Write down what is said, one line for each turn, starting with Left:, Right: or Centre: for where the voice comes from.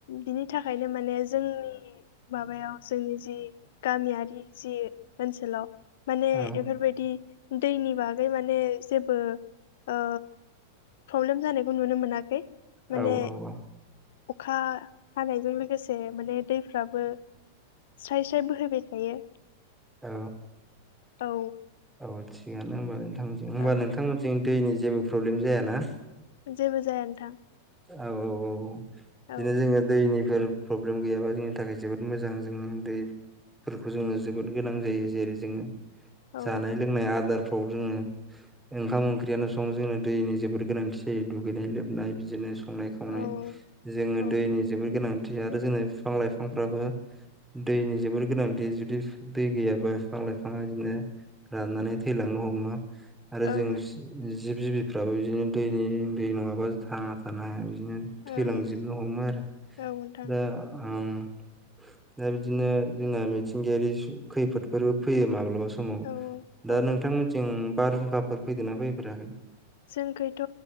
Left: बिनि थाखायनो माने जोंनि माबायाव जोंनि जि गामियारि जि ओनसोलाव। माने
Centre: औ
Left: इफोरबायदि दैनि बागै माने जेबो ओ प्रब्लेम जानायखौ नुनो मोनाखै माने
Centre: औ औ औ
Left: अखा हानायजों लोगोसे माने दैफ्राबो स्राय स्राय बोहैबाय थायो।
Centre: औ।
Left: औ।
Centre: औ थिगानो होमबा नोंथांमोनथिं। होमबा
Left: औ
Centre: नोंथांमोनथिं दैनि जेबो प्रब्लेम जायाना?
Left: जेबो जाया नोंथां।
Centre: औ औ औ।
Left: औ
Centre: बिदिनो जोङो दैनिफोर प्रब्लेम गैयाबा जोंनि थाखाय जोबोद मोजां। जों दै फोरखौ जोंङो जोबोद गोनां जायो। जेरै जोङो
Left: औ
Centre: जानाय लोंनाय आदारफ्राव जोङो ओंखाम ओंख्रियानो सं जोंनो दैनि जोबोर गोनांथि जायो दुगैनाय लोबनाय बिदिनो, संनाय खावनाय
Left: औ
Centre: जोङो
Left: औ
Centre: दैनि जोबोद गोनांथि। आरो जोंनि बिफां लाइफांफ्राबो दैनि जोबोर गोनांथि। जुदि दै गैयाबा बिफां लाइफाङा इदिनो राननानै थैलांनो हमो आरो
Left: ओं
Centre: जों सि जिब जिबिफ्राबो बिदिनो दैनि दै नङाबा थांना थानो हाया बिदिनो।
Left: ओं
Centre: थैलांजोबनो हमो आरो।
Left: औ नोंथां
Centre: दा ओं दा बिदिनो जोंना मिथिंगायारि खैफोदफोरबो फैयो माब्लाबा समाव
Left: औ
Centre: दा
Left: औ
Centre: नोंथांमोनथिं बारहुंखाफोर फैदों ना फैफेराखै?
Left: जोंखैथ'